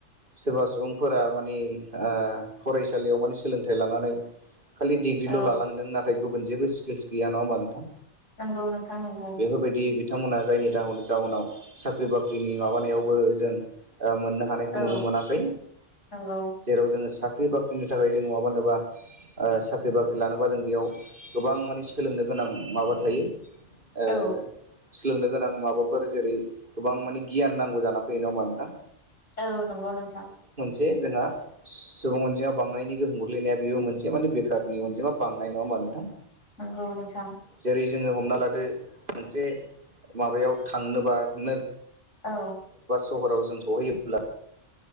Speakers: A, on the right; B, on the left.
A: सोरबा सुबुंफोरा माने ओ फरायसालियाव माने सोलोंथाइ लानानै खालि डिग्रिल'
B: औ
A: लालांदों नाथाय गुबुन जेबो स्किल्स गैया नङा होमबा नोंथां।
B: नंगौ नोंथां नंगौ
A: बेफोरबायदि बिथांमोना जायनि दाउन जाउनाव साख्रि बाख्रिनि माबानायावबो जों ओ मोननो हानायखौ
B: औ
A: नुनो मोनाखै।
B: नंगौ
A: जेराव जोङो सा ख्रि बाख्रिनि थाखाय जोंङो माबानोबा ओ साख्रि बाख्रि लानोबा जों बेयाव गोबां मानि सोलोंनो गो नां माबा थायो ओ
B: औ
A: सोलोंनो गोनां माबाफोर जेरै गोबां माने गियान नांगौ जाना फैयो ना होमबा नोंथां।
B: औ नंगौ नोंथां
A: जे जोंहा सुबुं अनजिमा बांनायनि गोहोम गोग्लैनाया बेबो मोनसे माने बेखारनि अनजिमा बांनाय नङा होमबा नोंथां।
B: नोंगौ नोंथां।
A: जेरै जोङो हमना लादो मोनसे माबायाव थांनोबा नो
B: औ
A: सहराव जों सहैयोब्ला